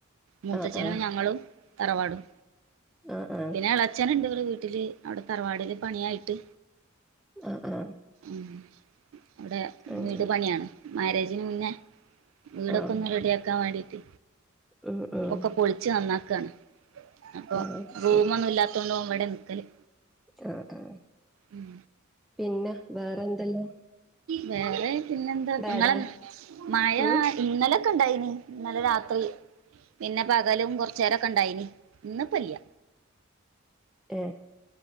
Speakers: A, on the right; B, in the centre.
A: മൂത്തച്ഛനും
B: ആഹ് ആഹ്
A: ഞങ്ങളും തറവാടും
B: ആ ആ
A: പിന്നെ എളേച്ചന്ണ്ട് ഇവടെ വീട്ടില് അവടെ തറവാട്ട്ല് പണിയായിട്ട്
B: ആ ആ
A: ഉം അവടെ
B: അങ്ങനെ
A: വീട് പണിയാണ് മേരേജിന് മുന്നേ വീടൊക്കൊന്ന്
B: ആഹ്
A: റെഡ്യാക്കാ വാണ്ടിട്ട്
B: ഉം ഉം
A: ഒക്കെ പൊളിച്ച് നന്നാക്കാണ് അപ്പൊ
B: ആഹ് അത്
A: റൂമൊന്നുല്ലാത്തോണ്ട്
B: ശരി
A: ഓ ഇവടെ നിക്കല്
B: ആ ആ
A: ഉം
B: പിന്നെ വേറെന്തെല്ലാ
A: വേറെ പിന്നെന്താ ങ്ങളെ
B: ആടെ
A: മയാ
B: ഉം
A: ന്നലൊക്കെണ്ടായിനി ഇന്നലെ രാത്രി പിന്നെ പകലും കൊർചേരൊക്കെ ണ്ടായിനി ഇന്ന്പ്പല്ല്യ
B: ഏ